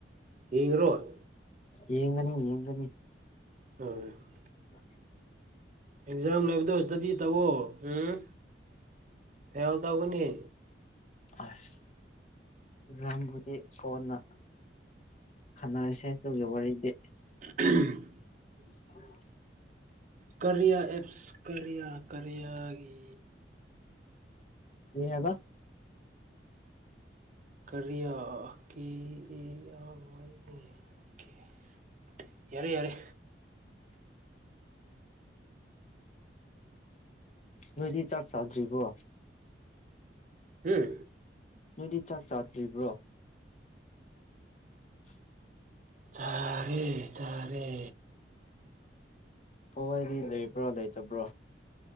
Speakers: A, on the right (about 45°); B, on the left (about 40°).
A: ꯍꯤ ꯔꯣꯠ
B: ꯌꯦꯡꯒꯅꯤ ꯌꯦꯡꯒꯅꯤ
A: <unintelligible>
B: <unintelligible>
A: ꯑꯦꯛꯖꯥꯝ ꯂꯩꯕꯗꯣ ꯏꯁꯇꯗꯤ ꯇꯧꯋꯣ ꯎꯝ ꯐꯦꯜ ꯇꯧꯒꯅꯤ
B: ꯑꯁ ꯔꯥꯝꯕꯨꯗꯤ ꯀꯣꯟꯅ ꯈꯠꯅꯔꯁꯦ ꯇꯨꯒꯤ ꯋꯥꯔꯤꯗꯤ
A: <unintelligible>
B: <unintelligible>
A: ꯀꯔꯤꯌꯥ ꯑꯦꯞꯁ ꯀꯔꯤꯌꯥ ꯀꯔꯤꯌꯥꯒꯤ
B: ꯅꯦ ꯍꯥꯏꯕ
A: ꯀꯔꯤꯌꯥ ꯀꯤ <unintelligible> ꯌꯥꯔꯦ ꯌꯥꯔꯦ
B: ꯅꯣꯏꯗꯤ ꯆꯥꯛ ꯆꯥꯗ꯭ꯔꯤꯕꯣ
A: ꯍꯨꯝ
B: ꯅꯣꯏꯗꯤ ꯆꯥꯛ ꯆꯥꯗ꯭ꯔꯤꯕ꯭ꯔꯣ <unintelligible>
A: ꯆꯥꯔꯦ ꯆꯥꯔꯦ
B: ꯄꯋꯥꯗꯤ ꯂꯩꯕ꯭ꯔꯣ ꯂꯩꯇꯕ꯭ꯔꯣ